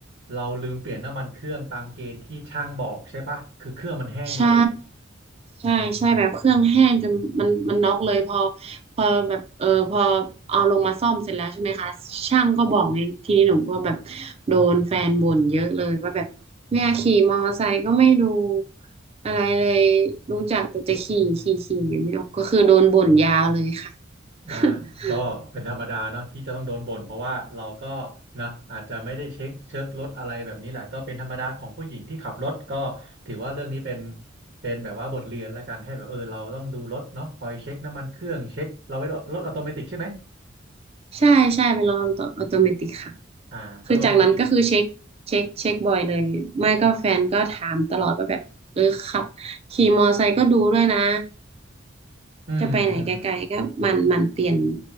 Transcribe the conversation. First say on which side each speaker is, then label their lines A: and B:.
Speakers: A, on the right; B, on the right.
A: เราลืมเปลี่ยนน้ำมันเครื่องตามเกณฑ์ที่ช่างบอกใช่ปะคือเครื่องมันแห้งเลย
B: ใช่ใช่ใช่แบบเครื่องแห้งจนมันมันน็อกเลยพอพอแบบเออพอเอาลงมาซ่อมเสร็จแล้วใช่ไหมคะช่างก็บอกไงทีนี้หนูก็แบบโดนแฟนบ่นเยอะเลยว่าแบบเนี่ยขี่มอเตอร์ไซค์ก็ไม่ดูอะไรเลยรู้จักแต่จะขี่ขี่ขี่อย่างนี้ก็คือโดนบ่นยาวเลยค่ะ
A: อ่า
B: <laughs>
A: ก็เป็นธรรมดาเนาะที่จะต้องโดนบ่นเพราะว่าเราก็นะอาจจะไม่ได้เช็คเช็ครถอะไรแบบนี้แหละก็เป็นธรรมดาของผู้หญิงที่ขับรถก็ถือว่าเรื่องนี้เป็นเป็นแบบว่าบทเรียนแล้วกันให้แบบเออเราต้องดูรถเนาะคอยเช็คน้ำมันเครื่องเช็คเราไว้รถรถออโตเมติกใช่ไหม
B: ใช่ใช่เป็นระบบอัตโนมัติค่ะ
A: อ่าถ้ารถออโตเมติก
B: คือจากนั้นก็คือเช็คเช็คเช็คบ่อยเลยไม่ก็แฟนก็ถามตลอดว่าแบบเออขับขี่มอไซค์ก็ดูด้วยนะ
A: อืมอืม
B: จะไปไหนไกลๆก็มันมันเปลี่ยน